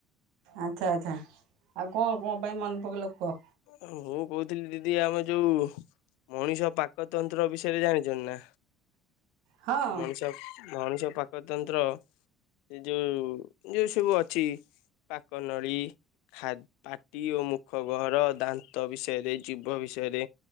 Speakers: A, on the right (about 70°); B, on the left (about 70°).
A: ଆଚ୍ଛା ଆଚ୍ଛା ଆଉ କଣ କଣ ପାଇଁ ମନେ ପକେଇ ଲୋକୁହ।
B: ମୁଁ କହୁଥିଲି ଦିଦି ଆମ ଯୋଉ ମଣିଷ ପାକ ତନ୍ତ୍ର ବିଷୟରେ ଜାଣିଛ ନା।
A: ହଁ
B: ମଣିଷ ମଣିଷ ପାକତନ୍ତ୍ର ସେ ଯୋଉ ଯୋଉ ସବୁ ଅଛି ପାକ ନଳୀ ଖା ପାଟି ଓ ମୁଖ ଘର ଦାନ୍ତ ବିଷୟରେ ଜୀଭ ବିଷୟରେ